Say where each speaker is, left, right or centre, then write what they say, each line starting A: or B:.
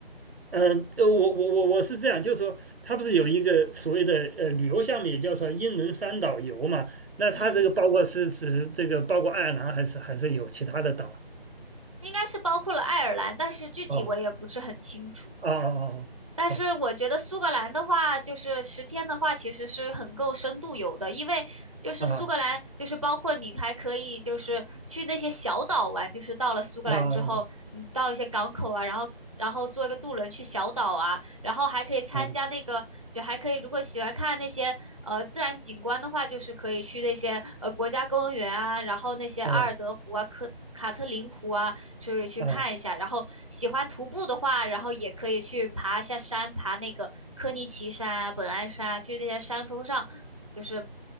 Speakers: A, on the right; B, on the right.
A: 呃，呃我我我我是这样，就是说它不是有一个所谓的呃旅游项目，也叫做英伦三岛游嘛？那它这个包括是指这个包括爱尔兰还是还是有其他的岛？
B: 嗯。应该是包括了爱尔兰，但是具体我也不是很清楚。
A: 哦哦哦哦
B: 但是我觉得苏格兰的话，就是十天的话，其实是很够深度游的，因为就是苏格兰，
A: 哦啊
B: 就是包括你还可以就是去那些小岛玩，就是到了苏格兰之后，
A: 啊啊啊！
B: 你到一些港口啊，然后然后坐一个渡轮去小岛啊，然后还可以参加那个，
A: 哦
B: 就还可以如果喜欢看那些呃自然景观的话，就是可以去那些呃国家公园啊，然后那些阿尔德湖啊、
A: 哦
B: 科卡特林湖啊，所以去看一下。
A: 啊
B: 然后喜欢徒步的话，然后也可以去爬一下山，爬那个科尼奇山啊、本莱山啊，去那些山峰上，就是